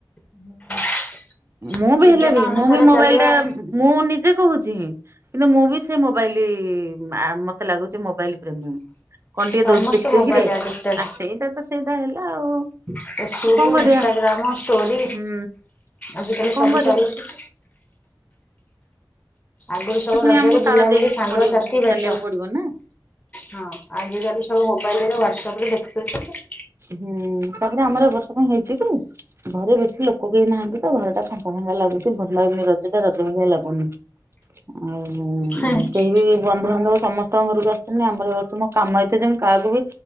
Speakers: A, on the left; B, on the right.
A: <unintelligible>
B: ମୁଁ ବି
A: ବିଜ୍ଞାନ
B: ହେଲେ ବି
A: ଅନୁସାରେ
B: ମୁଁ ବି ମୋବାଇଲ
A: ଚାଲିବା
B: ଟା
A: ଆଉ।
B: ମୁଁ ନିଜେ କହୁଚି କିନ୍ତୁ ମୁଁ ବି ସେ ମୋବାଇଲ ଆ ମତେ ଲାଗୁଚି ମୋବାଇଲ ପ୍ରେମୀ। କଣ ଟିକେ
A: ସମସ୍ତେ
B: ଦଉଚି ଦେଖିଦଜବି
A: ମୋବାଇଲ
B: କିରେ
A: ଆଡିକ୍ଟେଡ
B: ଆ ସେଇଟା ତ ସେଇଟା ହେଲା ଆଉ।
A: ଫେସବୁକ୍
B: ଆଉ କଣ କରିବା
A: ଇନଷ୍ଟାଗ୍ରାମ ଷ୍ଟୋରି
B: ହୁଁ।
A: ଆଜିକାଲି
B: ଆଉ କଣ
A: ସବୁ
B: କରିବା
A: ଚାଲୁଚି। ଆଗରୁ ସବୁ
B: ପୁଣି
A: ରଜରେ
B: ଆମକୁ ତାଳ
A: ବୁଲାବୁଲି
B: ଦେଇକି
A: ସାଙ୍ଗସାଥି
B: ପଡି
A: ଭେଟ
B: ଚାଲିବାକୁ ପଡିବ ନା।
A: ହଁ ଆଜିକାଲି ସବୁ ମୋବାଇଲ ରେ ହ୍ଵାଟସଆପ ରେ ଦେଖିଦଉଛନ୍ତି।
B: ହୁଁ ତାପରେ ଆମର ଏବ ବର୍ଷ କଁ ହେଇଚି କି ଘରେ ବେଶୀ ଲୋକ କେହି ନାହାଁନ୍ତି ତ ଘରଟା ଫା ଙ୍କା ଲାଗୁଚି ଭଲ ଲାଗୁନି ରଜ ଟା ରଜ ଭଳିଆ ଲାଗୁନି ଆଉ
A: ହଁ
B: କେହି ବି ବନ୍ଧୁବାନ୍ଧବ ସମସ୍ତଙ୍କ ଘରକୁ ଆସିଛନ୍ତି, ଆମର ଦେଖୁନୁ କାମ ଏତେ ଯେ ମୁଁ କାକୁ ବି